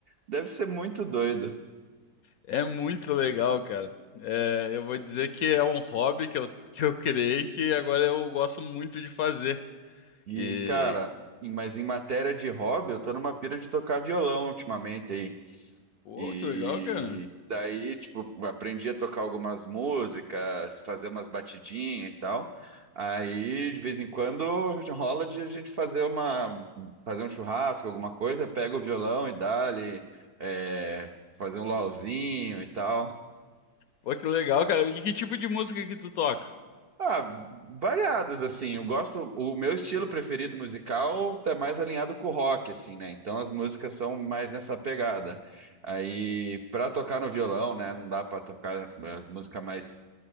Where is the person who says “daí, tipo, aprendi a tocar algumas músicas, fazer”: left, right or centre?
Right